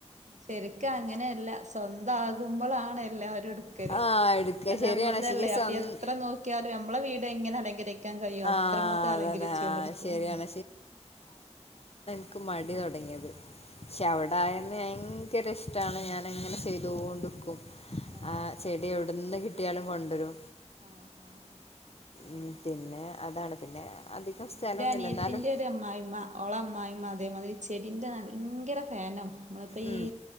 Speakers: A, on the right; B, on the left.
A: ശരിക്ക് അങ്ങനെ എല്ലാ സ്വന്തം ആകുമ്പളാണ് എല്ലാവരും എടുക്കല്
B: ആഹ് എടുക്ക
A: അത്
B: ശരിയാണ്
A: അമ്മൾതല്ലേ
B: പക്ഷെങ്കി സ്വ
A: അപ്പൊ എത്ര നോക്കിയാലും നമ്മളെ വീട് എങ്ങനെ അലങ്കരിക്ക ക്കാൻകഴിയൊ
B: ആഹ്
A: അത്രമാത്രം
B: അതന്നെ
A: അലങ്കരിച്ച് കൊണ്ടിരിക്കും
B: ആഹ് ശരിയാണ്
A: ഉം
B: ക്ക് മടി തൊടങ്ങിയത് ഷേ അവിടായന്നെങ്കി ക്കേറ്റവും ഇഷ്ട്ടാണ് ഞാന ഇങ്ങനെ ചെയ്തോണ്ട്ക്കും
A: ആഹ്
B: ആ ചെടി എവിടുന്ന് കി കുട്ട്യാളും കൊണ്ടവരും
A: ആ ആ
B: ഉം
A: അ
B: പിന്നെ അതാണ് പിന്നെ അധികം സ്ഥലൊന്നുല്ല
A: ന്റെ അനിയത്തിന്റെ
B: എന്നാലും
A: ഒരു അമ്മായിമ്മ ഓളഅമ്മായിമ്മ അതേമാതിരി ചെടിന്റെ ഭയങ്കര ഫാനോ നമ്മളിപ്പോ
B: ഉം
A: ഈ